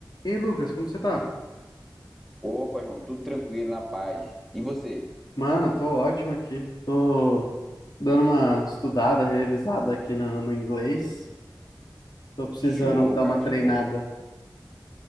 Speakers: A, on the left (about 65°); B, in the centre.
A: E aí, Lucas, como você tá?
B: Opa, João, tudo tranquilo, na paz. E você?
A: Mano, tô ótimo aqui. Tô dando uma estudada, revisada aqui no, no inglês. Tô precisando
B: Show,
A: dar
B: cara,
A: uma treinada.
B: show.